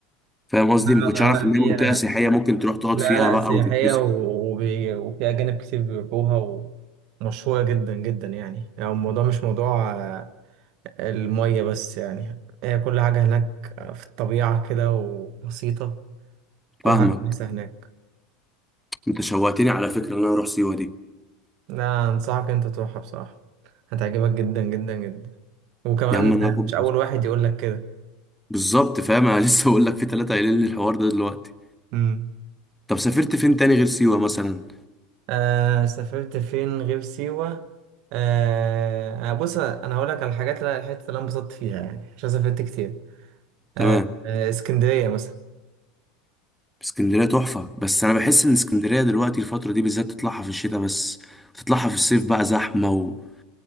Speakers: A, in the centre; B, on the right.
A: فاهم قصدي
B: لا
A: ما كنتش
B: لا
A: عارف
B: لا
A: ان هي
B: هي
A: منطقه سياحيه ممكن تروح تقعد
B: لا
A: فيها بقى
B: لا سياحية
A: وتتبسط
B: و- وبي- وفي أجانب كتير بيروحوها ومشهورة جدا جدا يعني يعني الموضوع مش موضوع آه، المية بس يعني هي كل حاجة هناك في الطبيعة كده وبسيطة كل
A: فاهمك
B: حاجة كويسة هناك
A: انت شوقتني على فكره ان انا اروح سيوه دي
B: لا أنصحك أنت تروحها بصراحة هتعجبك جدا جدا جدا وكمان
A: يا عم انا هاخد
B: مش أول واحد يقولك كده
A: بالظبط فاهم انا لسه بقول لك في ثلاثه قايلين لي الحوار ده دلوقتي
B: مم.
A: طب سافرت فين تاني غير سيوه مثلا
B: آه سافرت فين غير سيوة آه آه، بص أنا هقولك على الحاجات اللي الحتة اللي أنا انبسطت فيها يعني عشان سافرت كتير
A: تمام
B: آه، آه، اسكندرية مثلا
A: اسكندريه تحفه بس انا بحس ان اسكندريه دلوقتي الفتره دي بالذات تطلعها في الشتاء بس تطلعها في الصيف بقى زحمه وما